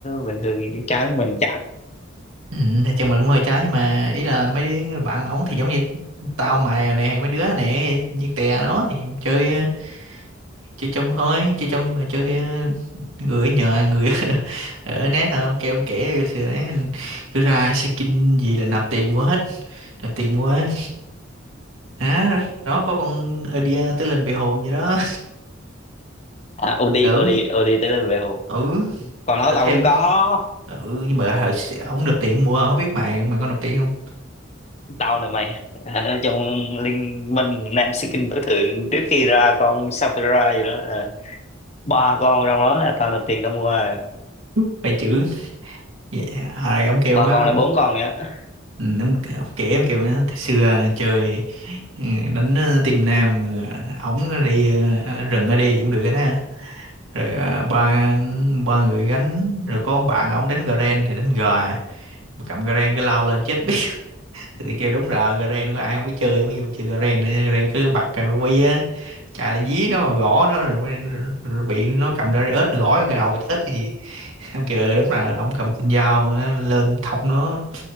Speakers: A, on the left; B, on the right.
A: bình thường trái mình chắc
B: Ừ, thì chồng mình cũng hơi chán nhưng mà ý là mấy bạn ổng thì giống như tao mày rồi nè mấy đứa nè viên tè đó thì chơi chơi chung thôi chơi chung nhưng mà chơi ờ, người ở nhờ người <laughs> ở net thôi ông kêu ông kể sửa cứ ra skin gì là nạp tiền mua hết nạp tiền mua á. đó, đó có con idea tới lên về hồn vậy đó
A: à, OD
B: ừ
A: OD OD tới level
B: ừ
A: còn nó
B: rồi
A: tao
B: thêm
A: cũng có
B: ừ nhưng mà hồi xưa ông nộp tiền mua không biết mày mày có nộp tiền không
A: tao nè mày à, ở trong liên minh nam sĩ tối thượng trước khi ra con Sapphire gì đó à. ba con trong đó là tao nộp tiền tao mua à.
B: <laughs> mày chữ yeah. rồi ông kêu
A: ba
B: má
A: con là bốn con vậy á
B: ừ, ông kể ông kêu má "Thời xưa ờ, chơi ừ, đánh ờ, team nam ờ, ổng đi ờ, rừng ở đi cũng được đó rồi à, ba ba người gánh rồi có ông bạn ổng đánh Garen thì đánh gà mà cầm Garen cứ lao lên chết biết <laughs> thì, thì kêu đúng rồi Garen có ai không biết chơi mới vô chơi Garen nữa nha. Garen cứ bật cái quy á chà lên dí nó gõ nó rồi, mới- rồi bị nó cầm Darius nó gõ vô cái đầu chết cái gì <laughs> ông kêu "Ừ, đúng là ông cầm sinh dao nó lên thông nó